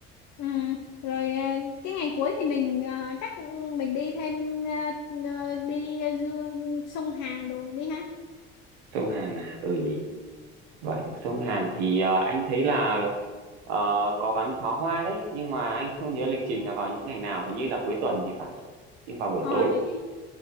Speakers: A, on the left; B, on the right.
A: ừm, rồi ờ, cái ngày cuối thì mình ờ, chắc ừ, mình đi thêm ờ, ờ, đi ờ, du- sông Hàn đồ đi ha
B: sông Hàn à ừ nhỉ vậy sông Hàn thì ờ, anh thấy là ờ, có bắn pháo hoa đấy nhưng mà anh không nhớ lịch trình là vào những ngày nào hình như là cuối tuần thì phải nhưng vào buổi
A: ờ
B: tối
A: để cái